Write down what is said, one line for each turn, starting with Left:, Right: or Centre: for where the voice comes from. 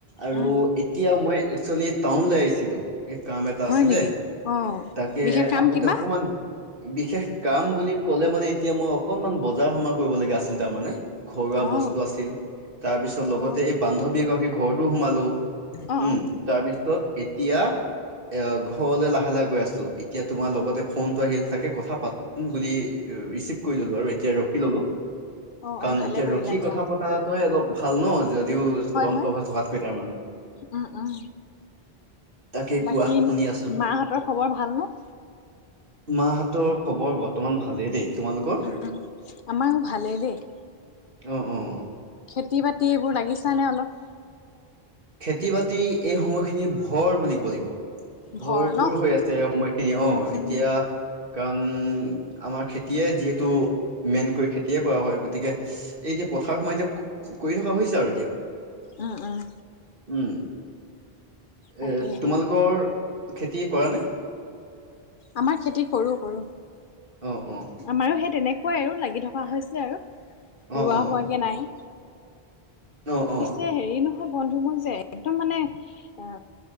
Right: আৰু
Left: উম
Right: এতিয়া মই একচুৱেলি টাউনলৈ আহিছিলোঁ, এই কাম এটা
Left: হয়
Right: আছিলে।
Left: নেকি অ
Right: তাকে
Left: বিশেষ কাম
Right: আহোঁতে
Left: কিবা
Right: অকমান বিশেষ কাম বুলি ক'লে মানে এতিয়া মই অকনমান বজাৰ সমাৰ কৰিব লগা আছিল তাৰমানে। ঘৰুৱা
Left: অ
Right: বস্তু আছিল, তাৰপিছত লগতে
Left: অ
Right: বান্ধৱী এগৰাকী ঘৰতো সোমালো।
Left: অ অ
Right: উম, তাৰপিছত এতিয়া এ ঘৰলৈ লাহে লাহে গৈ আছোঁ, এতিয়া তোমাৰ লগতে ফোনটো আহি আছে। তাকে কথা পাতিম বুলি ৰিচিভ কৰি ললোঁ আৰু এতিয়া ৰখি ললোঁ।
Left: অ
Right: কাৰণ
Left: অ ভালে
Right: এতিয়া
Left: কৰিলা
Right: ৰখি
Left: দিয়া
Right: কথা পতাটোৱে অলপ ভাল ন' যদিও চলন্ত
Left: হয় হয়
Right: হৈ থকাতকৈ তাৰমানে।
Left: উম, উম।
Right: তাকে কোৱা
Left: বাকী,
Right: শুনি আছো
Left: মাহঁতৰ খবৰ ভাল নে?
Right: মাহতৰ খবৰ বৰ্তমান ভালেই দেই। তোমালোকৰ
Left: উম, উম, আমাৰ ভালেই দেই।
Right: অ'অ'
Left: খেতি-বাতি এইবোৰ লাগিছানে অলপ?
Right: খেতি-বাতি এই সময়খিনি ভৰ বুলি ক'ব লাগিব।
Left: ভৰ
Right: ভৰপুৰ
Left: ন
Right: হৈ আছে সময়খিনি
Left: উম
Right: অ'
Left: উম
Right: এতিয়া কাৰণ আমাৰ খেতিয়ে যিহেতু মেইনকৈ খেতিয়ে কৰা হয় গতিকে এই এতিয়া পথাৰ সময় এতিয়া কৰি থকা হৈছে আৰু এতিয়া।
Left: উম, উম।
Right: উম,
Left: তাকেহে
Right: এ তোমালোকৰ খেতি কৰা নে?
Left: আমাৰ খেতি কৰো, কৰো
Right: অ', অ',
Left: আমাৰো সেই তেনেক তেনেকোৱাই আৰু লাগি থকা হৈছে আৰু
Right: অ',
Left: ৰোৱা
Right: অ',
Left: হোৱাকৈ নাই।
Right: অ', অ',
Left: পিছে হেৰি নহয় বন্ধু মই যে একদম মানে এ